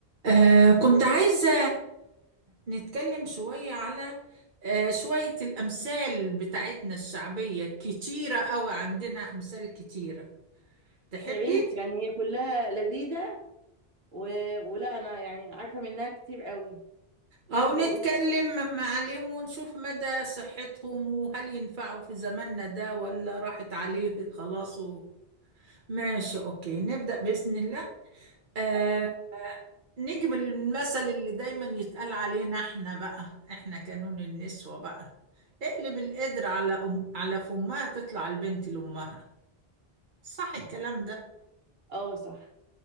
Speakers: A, on the right; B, on the right.
A: آه كنت عايزة نتكلم شوية على آه شوية الأمثال بتاعتنا الشعبية كتيرة أوي عندنا أمثال كتيرة تحبي؟
B: يا ريت يعني هي كلها لذيذة و... ولا انا يعني عارفة منها كتير قوي يلا
A: أو نتكلم
B: قول
A: م- عليهم ونشوف مدى صحتهم وهل ينفعوا في زماننا ده ولا راحت عليه خلاص و... ماشي أوكي نبدأ بإذن الله آه
B: اه
A: نجيب المثل اللي دايما يتقال علينا احنا بقى احنا كانون النسوة بقى اقلب القدر على أم على فمها تطلع البنت لأمها صح الكلام ده
B: اه صح